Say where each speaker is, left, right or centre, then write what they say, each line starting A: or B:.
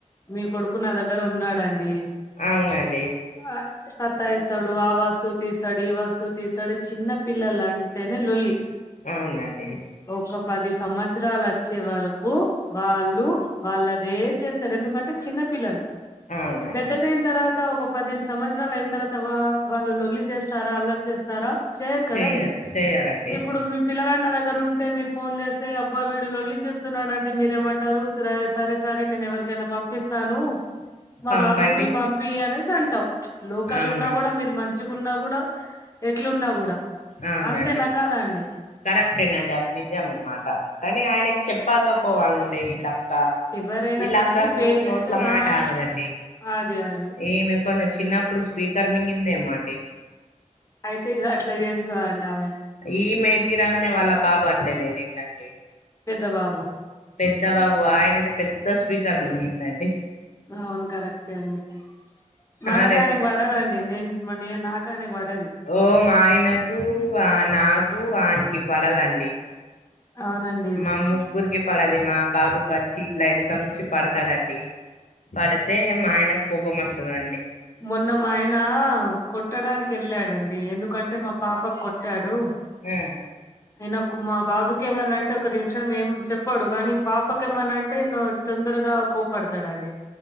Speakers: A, on the left; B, on the left.
A: మీ కొడుకు నా దగ్గర ఉన్నాడండి
B: అవునండి
A: ఆహ్ సత్తాయిస్తాడు ఆ వస్తువు తీస్తాడు ఈ వస్తువు తీస్తాడు చిన్న పిల్లలు అంటేనే లొల్లి
B: అవునండి
A: ఒక్క పది సంవత్సరాలు వచ్చేవరు కు వాళ్ళు వాళ్ళు అదే చేస్తారు ఎందుకంటే చిన్న పిల్లలు
B: అవునండి
A: పెద్దదైన తర్వాత ఒక పదిహేను సంవత్సరాలు అయిన తరువాత వా వాళ్ళు లొల్లి చేస్తారా అల్లరి చే స్తారా చేయరు కదా
B: చెయ్య
A: అండి
B: చెయ్యరండి
A: ఇప్పుడు మీ పిల్లగాండ్ల దగ్గర ఉంటే మీ ఫోన్ చేస్తే అబ్బా వీడి లొల్లి చేస్ వస్తున్నాడు అంటే మీరేమంటారు త్ర సరే సరే నేను ఎవరికైనా పంపిస్తాను మా
B: పంపండి
A: బాబుకి పంపియ్యి అనేసి అంటావు ప్చ్ లోకల్
B: అవును
A: ఉన్నా కూడా మీరు మం చికున్నా కూడా ఎట్లున్నా కూడా
B: అవునండి
A: అంతేనా కాదా అండి
B: కరెక్టేనండి అది నిజమే మాట కానీ ఆయనకి చెప్పాకపోవాలండే వీల అక్క
A: ఎవరైనా
B: వీలా
A: గాని
B: అక్కకు
A: పేరెంట్స్
B: నోట్లో మాట
A: ఆ
B: ఆగదండి
A: అది అది
B: ఈమె కొంచెం చిన్నప్పుడు స్పీకర్ మింగిందేమో అండి
A: అయితే ఇగా అట్లా చేస్తాదండి ఆమె
B: ఈమె తీరగానే వాళ్ళ బాబు అట్లేనండి ఇందాకే
A: పెద్ద బాబు
B: పెద్ద బాబు ఆయనతే పెద్ద స్పీకర్ మింగిండండి
A: అవును కరెక్టే అండి మనకు
B: ఆడే
A: ఆయనకు పడదండి నేను మన్నే నాకు ఆయనకి వడది
B: ఓ మా ఆయనకు ఆ నాకు వానికి పడదండి
A: అవునండ్
B: మా ముగ్గురికి పడది మా బాబు కచ్చి ఇట్లా వెనక నుంచి పడతాడండి పడితే మా ఆయనకు కోపం వస్తాదండీ
A: మొన్న మా ఆయన కొట్టడానికి వెళ్ళాడండి ఎందుకంటే మా పాపకు కొట్టాడు
B: హ్మ్
A: ఆయనకు మా బాబుకి ఏమన్నా అంటే ఒక నిమిషం ఏం చెప్పడు గానీ పాపకు ఏమన్నా అంటే నో తొందరగా కోప్పడతాడండి